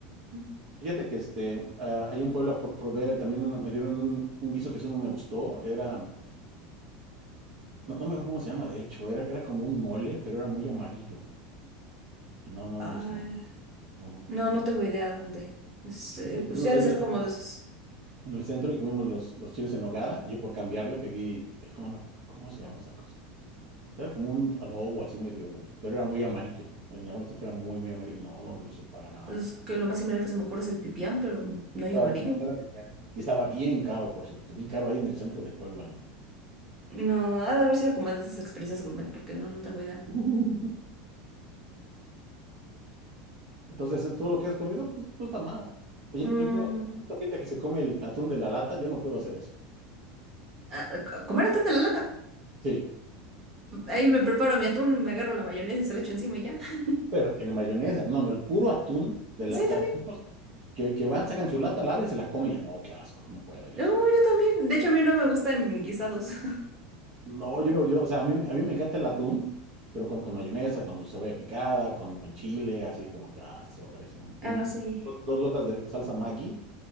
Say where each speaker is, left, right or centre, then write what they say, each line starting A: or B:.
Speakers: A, on the right (about 30°); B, on the right (about 55°).
A: Mm.
B: Fíjate que este, ah, ahí en Puebla pro- probé también, una- me dieron un, un guiso que sí no me gustó, era, no, no me acuerdo cómo se llama, de hecho, era, era como un mole, pero era muy amarillo y no, no
A: Ay,
B: me gustó. No, no,
A: no,
B: no,
A: no
B: no.
A: tengo idea dónde. Es,
B: Fíjate,
A: eh,
B: <laughs> y comimos
A: pues sí ha
B: ahí
A: de
B: en
A: ser
B: el centro.
A: como de esos.
B: en el centro y comimos los, los chiles en nogada. Y yo por cambiarle pedí, eh, ¿cómo, me- cómo se llama esa cosa? Era como un adobo así medio, pero era muy amarillo. Me me llamó la atención que era muy, muy amarillo. No, no me gustó para nada.
A: Pues que lo más similar que se me ocurre es el pipián, pero no
B: Estaba,
A: hay amarillo.
B: no, no era picar. Y estaba bien caro, por cierto, bien caro ahí en el centro de Puebla, ¿eh?
A: No, ha de haber sido como de esas experiencias gourmet, porque no, no tengo idea.
B: <laughs> Entonces, eh, todo lo que has comido, pues, no está mal. Oye,
A: Mm,
B: yo he comido, he visto gente que se come el atún de la lata, yo no puedo hacer eso.
A: ah, ah, comer atún de la lata.
B: Sí,
A: Ahí me preparo mi atún, me agarro la mayonesa y se la echo encima y ya. <laughs>
B: pero tiene mayonesa. No, no, el puro atún de
A: Sí,
B: la, o sea,
A: también.
B: tipos que, que van, sacan su lata, la abren y se la comen. Yo no, qué asco, no puedo yo
A: No,
B: eso.
A: yo también. De hecho, a mí no me gustan guisados. <laughs>
B: No, yo no, yo, o sea, a mí, a mí me encanta el atún, pero con, con mayonesa, con su cebolla picada, con, con chile, así como que, ah, sobres, ¿no?
A: Ah,
B: Un-
A: no, sí.
B: do- dos gotas de, de salsa Maggi,